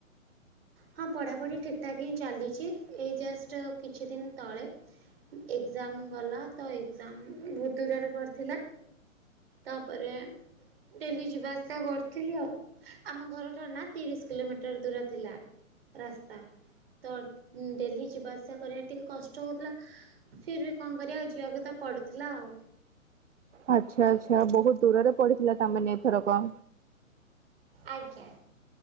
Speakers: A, on the right; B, on the right.
A: ହଁ ପଢାପଢି ଠିକ୍ ଠାକ୍ ହିଁ ଚାଲିଛି ଏଇ ଜଷ୍ଟ କିଛି ଦିନ ତଳେ ଏଗ୍ଜାମ ଗଲା ତ ଏଗ୍ଜାମ ବୋହୁତ ଦୂରରେ ପଡିଥିଲା। ତାପରେ ଡେଲି ଯିବା ଆସିବା କରୁଥିଲି ଆଉ ଆମ ଘରଠାରୁ ନା ତିରିଶ କିଲୋମିଟର ଦୂର ଥିଲା। ରାସ୍ତା ତ ଡେଲି ଉଁ ଯିବା ଆସିବା କରିବା ଟିକେ କଷ୍ଟ ହଉଥିଲା। ଫିର୍ ବି କଁ କରିବା ଆଉ ଯିଆକୁ ତ ପଡୁଥିଲା ଆଉ।
B: ଆଚ୍ଛା ଆଚ୍ଛା ବୋହୁତ ଦୂରରେ ପଡିଥିଲା ତା ମାନେ ଏଥରକ।
A: ଆଜ୍ଞା।